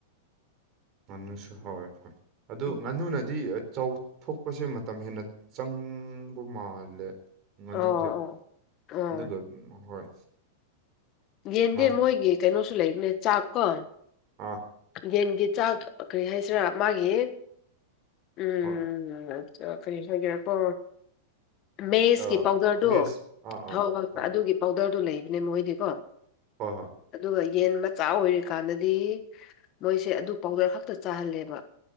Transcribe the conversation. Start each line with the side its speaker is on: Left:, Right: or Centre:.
Right: ꯉꯥꯅꯨꯁꯨ ꯍꯋꯣꯏ ꯍꯣꯏ ꯑꯗꯨ
Left: ꯎꯝ
Right: ꯉꯥꯅꯨꯅ ꯗꯤ ꯆꯥꯎꯊꯣꯛꯄꯁꯦ ꯃꯇꯝ ꯍꯦꯟꯅ ꯆꯪꯕ ꯃꯥꯜꯂꯦ ꯉꯥꯅꯨꯁꯦ
Left: ꯑꯣ ꯑꯣ ꯑꯥ
Right: ꯑꯗꯨꯒ ꯍꯣꯏ
Left: ꯌꯦꯟꯗꯦ
Right: ꯃꯥꯒꯤ
Left: ꯃꯣꯏꯒꯤ ꯀꯩꯅꯣꯁꯨ ꯂꯩꯅꯦ ꯆꯥꯛꯀꯣ
Right: ꯑꯥ
Left: ꯌꯦꯟꯒꯤ ꯆꯥꯛ ꯀꯔꯤ ꯍꯥꯏꯁꯤꯔꯥ ꯃꯥꯒꯤ ꯎꯝ
Right: ꯍꯣꯏ
Left: ꯎꯝ ꯀꯔꯤ ꯍꯥꯏꯒꯦꯔ ꯄ ꯃꯦꯁꯀꯤ
Right: ꯑꯥ
Left: ꯄꯥꯎꯗꯔꯗꯣ
Right: ꯃꯦꯁ ꯑꯥ ꯑꯥ
Left: ꯍꯥꯎ ꯍꯣꯏ
Right: ꯑꯥ
Left: ꯑꯗꯨꯒꯤ ꯄꯥꯎꯗꯔꯗꯨꯣ ꯂꯩꯕꯅꯦ ꯃꯈꯣꯏꯗꯤꯀꯣ
Right: ꯍꯣꯏ ꯍꯣꯏ
Left: ꯑꯗꯨꯒ ꯌꯦꯟ ꯃꯆꯥ ꯑꯣꯏꯔꯤꯀꯥꯟꯗꯗꯤ ꯃꯣꯏꯁꯦ ꯑꯗꯨ ꯄꯥꯎꯗꯔ ꯈꯛꯇ ꯆꯥꯍꯜꯂꯦꯕ